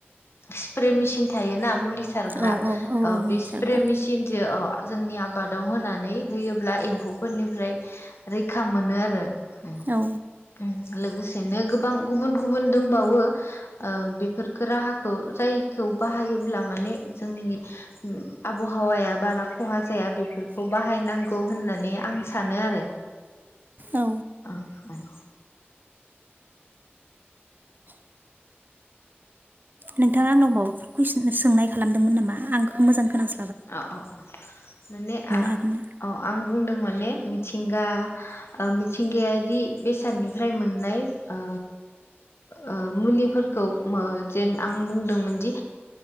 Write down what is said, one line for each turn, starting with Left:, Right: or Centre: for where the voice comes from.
Left: स्प्रे मेसिन थायोना मुलि। सारग्रा
Right: औ औ औ
Left: ओ
Right: औ मुलि
Left: बे सिप
Right: सारग्रा
Left: प्रे मेसिनजो अ। जोंनि आबादाव होनानै होयोब्ला एम्फौफोरनिफ्राय रैखा मोनो आरो। ओम
Right: औ
Left: ओम लोगोसेनो गोबां गुबुन गुबुन दंबावो ओ बेफोरफोरखौ राहाखौ जायखौ बाहायोब्ला माने जोंनि आबहावाया बारा खहा जाया बेफोरखौ बाहायनांगौ होननानै आं सानो आरो
Right: औ
Left: औ औ
Right: नोंथाङा आंनाव माबाफोर कुइसन सोंनाय खालामदोंमोन नामा आं मोजां खोनास
Left: अ अ माने
Right: हागोन ना
Left: औ आं बुंदोंमोन <unintelligible> मिथिंगा मिथिंगायारि बेसादनिफ्राय मोननाय ओ ओ मुलिफोरखौ जेन आं बुंदोंमोनदि